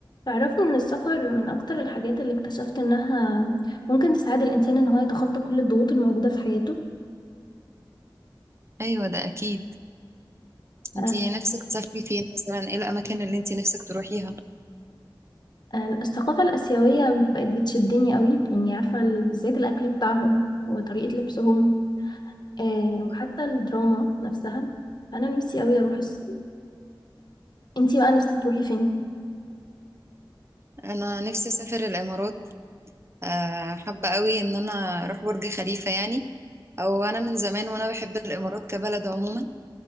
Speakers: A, on the left (about 55°); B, on the right (about 30°).
A: تعرفني ان السفر من اكتر الحاجات اللي اكتشفت انها ممكن تساعد الانسان ان هو يتخطى كل الضغوط الموجودة في حياته
B: ايوه ده اكيد انتي
A: آه،
B: نفسك تسافري فين مثلا ايه الاماكن اللي انتي نفسك تروحيها
A: آه، الثقافة الآسيوية بقت بتشدني قوي يعني عارفة ال- بالذات الأكل بتاعهم وطريقة لبسهم آه،
B: أيوة.
A: وحتى الدراما نفسها أنا نفسي قوي أروح الصين انتي بقى نفسك تروحي فين؟
B: انا نفسي اسافر الامارات آه، حابه قوي ان انا اروح برج خليفه يعني او انا من زمان وانا بحب الامارات كبلد عموما